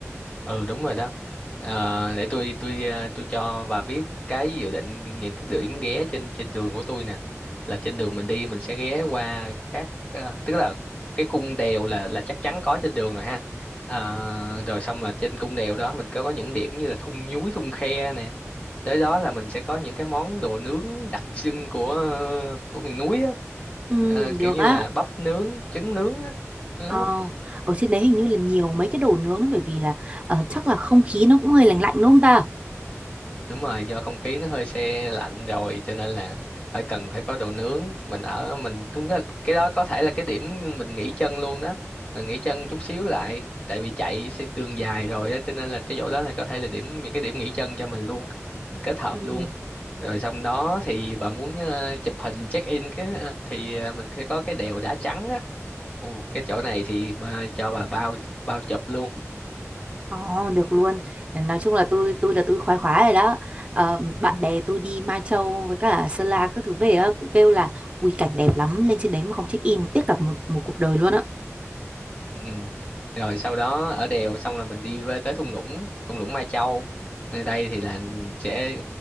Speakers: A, on the left; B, on the right.
A: ừ đúng rồi đó Ờ, để tôi tôi ờ, tôi cho bà biết cái dự định những cái điểm ghé trên trên đường của tôi nè là trên đường mình đi mình sẽ ghé qua các ờ, tức là cái cung đèo là là chắc chắn có trên đường rồi ha Ờ, rồi xong là trên cung đèo đó mình có, có những điểm như là thung nhúi thung khe nè tới đó là mình sẽ có những cái món đồ nướng đặc trưng của ờ, của miền núi á
B: Ừ,
A: Ờ,
B: được
A: kiểu như
B: á.
A: là bắp nướng trứng nướng á Đó.
B: Ờ, ở trên đấy hình như là nhiều mấy cái đồ nướng đấy bởi vì là ờ, chắc là không khí nó cũng hơi lạnh lạnh đúng không ta?
A: đúng rồi do không khí nó hơi se lạnh rồi cho nên là phải cần phải có đồ nướng mình ở mình cũng có, cái đó có thể là cái điểm mình nghỉ chân luôn đó mình nghỉ chân chút xíu lại tại vì chạy sẽ đường dài rồi á cho nên là cái chỗ đó là có thể là điểm những cái điểm nghỉ chân cho mình luôn mình kết hợp
B: Ừ.
A: luôn rồi xong đó thì bà muốn ờ, chụp hình check in cái ờ, thì ờ, mình sẽ có cái đèo đá trắng á ồ cái chỗ này thì bà, cho bà bao bao chụp luôn
B: Ờ, được luôn. Nói chung là tôi tôi là tôi khoái khoái rồi đó. Ờ, bạn
A: Ừ.
B: bè tôi đi Mai Châu với cả Sơn La các thứ về á, cũng kêu là ui cảnh đẹp lắm lên trên đấy mà không check in tiếc cả một một cuộc đời luôn á.
A: ừ. rồi sau đó ở đèo xong là mình đi về tới thung lũng thung lũng Mai Châu nơi đây thì là sẽ